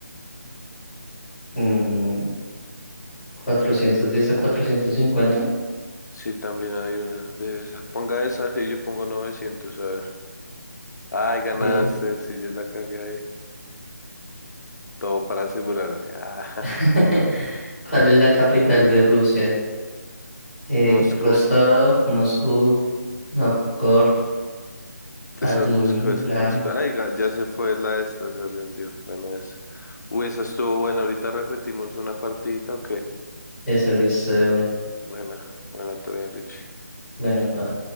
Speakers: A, in the centre; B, on the left.
A: Mm, 410 a 450.
B: Sí, también hay una de esa. Ponga esa y yo pongo 900 a ver. Ay, ganaste,
A: Bien.
B: si yo la cagué ahí. Todo para asegurarme. Ah,
A: <laughs>
B: <laughs>
A: ¿Cuál es la capital de Rusia? Eh,
B: Moscú.
A: Rostov, Moscú, Novgorod, Kaliningrado.
B: Esa es Moscú, esa es Moscú. Ay, ga- ya se fue la esta, se rindió. Buena esa. Uy, esa estuvo buena. Ahorita repetimos una partidita, ¿o qué?
A: Eso lo hizo de una.
B: Buena, buena, todo bien, Richie.
A: Buena, pa.